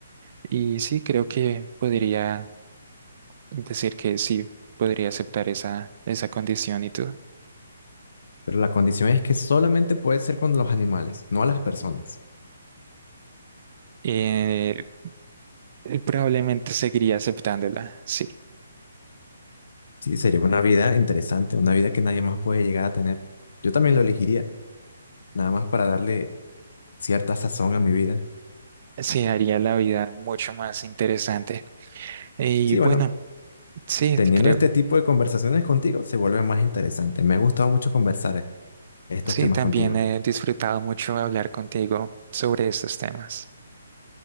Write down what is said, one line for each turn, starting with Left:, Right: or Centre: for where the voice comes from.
Right: y sí, creo que podría decir que sí, podría aceptar esa, esa condición y tú.
Left: pero la condición es que solamente puedes ser con los animales, no a las personas.
Right: Eh, eh, probablemente seguiría aceptándola, sí,
Left: Sí, sería una vida interesante, una vida que nadie más puede llegar a tener. Yo también lo elegiría, nada más para darle cierta sazón a mi vida.
Right: sí, haría la vida mucho más interesante. Y
Left: Sí,
Right: bueno.
Left: bueno,
Right: Sí,
Left: teniendo
Right: creo
Left: este tipo de conversaciones contigo se vuelve más interesante. Me ha gustado mucho conversar eh, estos
Right: Sí,
Left: temas
Right: también
Left: contigo.
Right: he disfrutado mucho hablar contigo sobre estos temas.